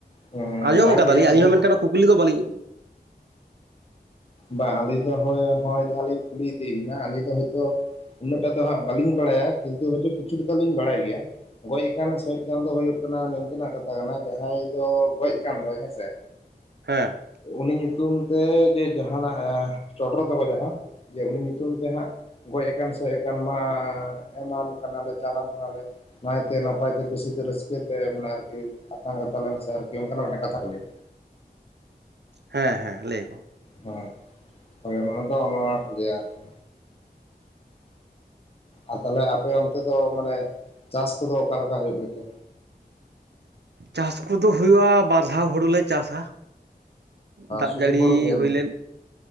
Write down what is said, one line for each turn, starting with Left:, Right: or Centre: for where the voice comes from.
Left: ᱦᱩᱸ
Right: ᱟᱸᱡᱚᱢ
Left: ᱵᱟᱝᱜᱮ
Right: ᱠᱟᱫᱟᱞᱤᱧ ᱟᱹᱞᱤᱧ
Left: ᱟᱫᱚ
Right: ᱦᱚᱸ ᱢᱮᱱ ᱠᱩᱠᱞᱤ ᱫᱚ ᱵᱟᱹᱞᱤᱧ
Left: ᱵᱟᱝ ᱟᱹᱞᱤᱧ ᱫᱚᱜᱚᱭ ᱡᱟᱦᱟᱸᱞᱤᱧ ᱠᱩᱞᱤᱛᱤᱭ ᱵᱮᱤᱱᱟ ᱟᱹᱞᱤᱧ ᱫᱚ ᱦᱚᱳᱭᱛᱳ ᱩᱱᱟᱹᱜᱴᱟ ᱫᱚ ᱵᱟᱹᱞᱤᱧ ᱵᱟᱲᱟᱭᱟ ᱠᱤᱱᱛᱩ ᱦᱚᱭᱛᱳ ᱠᱤᱪᱷᱩᱴᱷᱟ ᱫᱚ ᱞᱤᱧ ᱵᱟᱲᱟᱭ ᱜᱮᱭᱟ᱾ ᱜᱚᱡ ᱟᱠᱟᱱ ᱥᱚᱡ ᱠᱟᱱ ᱫᱚ ᱦᱩᱭᱩᱜ ᱠᱟᱱᱟ ᱱᱤᱝᱠᱟ ᱱᱟᱜ ᱠᱟᱛᱷᱟ ᱠᱟᱱᱟ ᱡᱟᱦᱟᱸᱭ ᱫᱚ ᱜᱚᱡ ᱟᱠ ᱫᱚᱭ ᱦᱮᱸᱥᱮ
Right: ᱦᱮᱸ
Left: ᱩᱱᱤ ᱧᱩᱛᱩᱢ ᱛᱮ ᱡᱮ ᱡᱟᱦᱱᱟᱜ ᱪᱚᱰᱨᱚ ᱫᱚᱵᱚ ᱡᱟᱦᱟᱸ᱾ ᱡᱮ ᱩᱱᱤ ᱧᱩᱛᱩᱢ ᱛᱮ ᱦᱟᱸᱜ ᱜᱚᱡ ᱟᱠᱟᱱ ᱮᱠᱟᱱ ᱢᱟ ᱮᱢᱟᱢ ᱠᱟᱱᱟᱞᱮ ᱪᱟᱞᱟᱢ ᱠᱟᱱᱟᱞᱮ ᱱᱟᱭᱛᱮ ᱱᱟᱯᱟᱭᱛᱮ ᱠᱩᱥᱤᱛᱮ ᱨᱟᱹᱥᱠᱟᱹ ᱛᱮ ᱢᱟᱱᱮ ᱟᱨᱠᱤ ᱟᱛᱟᱝ ᱠᱟᱛᱟᱞ ᱟᱨᱠᱤ᱾ ᱚᱱᱠᱟᱱᱟᱜ ᱢᱤᱫᱴᱟᱝ ᱠᱟᱛᱷᱟ ᱠᱚ ᱞᱟᱹᱭᱟ᱾
Right: ᱦᱮᱸ ᱦᱮᱸ ᱞᱟᱹᱭ ᱟᱠᱚ
Left: ᱦᱮᱸ ᱛᱚ ᱮᱢᱟ ᱠᱚ ᱜᱮᱭᱟ, ᱟᱨᱠᱤ᱾ ᱟᱨ ᱛᱟᱦᱚᱞᱮ ᱟᱯᱮ ᱚᱱᱛᱮ ᱫᱚ ᱢᱟᱱᱮ ᱪᱟᱥ ᱠᱚᱫᱚ ᱚᱠᱟᱞᱮᱠᱟ ᱦᱩᱭᱩᱜ ᱜᱮᱛᱚ?
Right: ᱪᱟᱥ ᱠᱚᱫᱚ ᱦᱩᱭᱩᱜᱼᱟ, ᱵᱟᱨ ᱫᱷᱟᱣ ᱦᱩᱲᱩᱮ ᱪᱟᱥᱟ᱾ ᱫᱟᱜ
Left: ᱥᱩᱫᱷᱩ
Right: ᱡᱟᱹᱲᱤ
Left: ᱦᱩᱲᱩ ᱜᱮ
Right: ᱦᱩᱭᱞᱮᱱ